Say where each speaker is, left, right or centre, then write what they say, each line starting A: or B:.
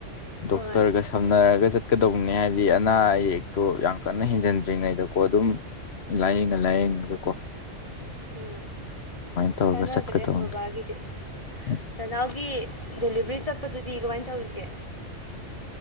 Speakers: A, on the left; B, on the left.
A: ꯍꯣꯏ
B: ꯗꯣꯛꯇꯔꯒ ꯁꯝꯅꯔꯒ ꯆꯠꯀꯗꯧꯕꯅꯦ ꯍꯥꯢꯗꯤ ꯑꯅꯥ ꯑꯌꯦꯛꯇꯣ ꯌꯥꯝ ꯀꯟꯅ ꯍꯦꯟꯖꯟꯗ꯭ꯔꯤꯉꯩꯗ ꯀꯣ ꯑꯗꯨꯝ ꯂꯥꯢꯌꯦꯡꯉ ꯂꯥꯢꯌꯦꯡꯉꯒ ꯀꯣ꯫
A: ꯎꯝ
B: ꯇꯧꯔꯒ
A: ꯀꯥꯟꯅꯗ꯭ꯔꯦ
B: ꯆꯠꯀꯗꯧꯅꯤ
A: ꯕꯕꯥꯒꯤꯗꯤ
B: ꯎꯝ
A: ꯅꯅꯥꯎꯒꯤ ꯗꯦꯂꯤꯕ꯭ꯔꯤ ꯆꯠꯄꯗꯨꯗꯤ ꯀꯃꯥꯢꯅ ꯇꯧꯔꯤꯒꯦ꯫